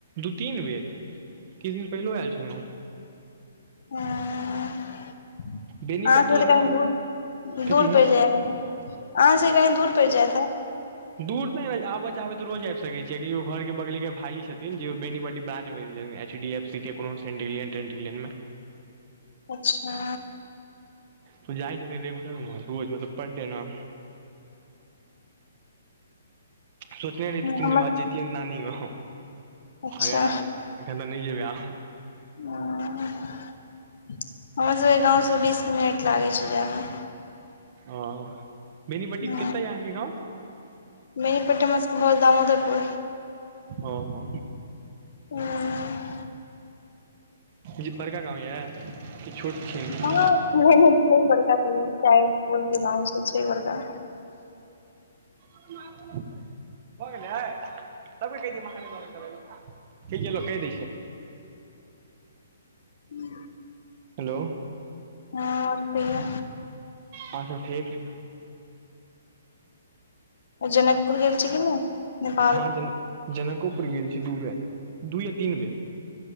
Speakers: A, on the right; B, on the left.
A: दू तीन बेर किछ दिन पहिलो आएल छलौंह।
B: हंह अहाँ
A: बेनीपट्टी
B: सब के तऽ
A: एना
B: कनि दूर, दूर
A: कथी
B: पड़ि जाइये कनि। अहाँ सके कनी दूर पइर जैत हैत।
A: दूर तनै आबऽ चाहबै तऽ रोज आइब सकै छियै कीगो घर के बगले के भाई छथिन जे बेनीपट्टी ब्रांच मे जै में एच डी एफ सी के कोनो सेंटिलियन टेंटिलियन में
B: अच्छा।
A: तू जाइ छथि रेगुलर उम्हर रोज मतलब पर डे न? सोचने रही तऽ तीन
B: हमर
A: बाद जैत तियै नानी गाँव
B: अच्छा
A: अगर आबै एखन तऽ नै जेबै आब।
B: <inaudible> हमर सबके गाँव स बीस मिनट लागै छै जायमे।
A: ओ बेनीपट्टी
B: मे
A: केतय अय अहाँके गाँव?
B: बेनीपट्टी में हमरा सकऽ भऽ गेल दामोदरपुर।
A: ओहो।
B: हँ
A: ई बड़का गाँव यै की छोट छिन?
B: हँ नै नै बहुत बड़का छैय <unintelligible> के गाँव से छै बड़का।
A: <unintelligible> भऽ गेलै आय हँ सबके कैह दियै <unintelligible> ठीक केलौं कैह दै छियै।
B: हूं।
A: हेलो।
B: हँ और कहियौ।
A: और सब ठीक।
B: जनकपुर गेल छी कि नै? नेपाल
A: हँ जनक जनकोपुर गेल छी दू बेर दू या तीन बेर।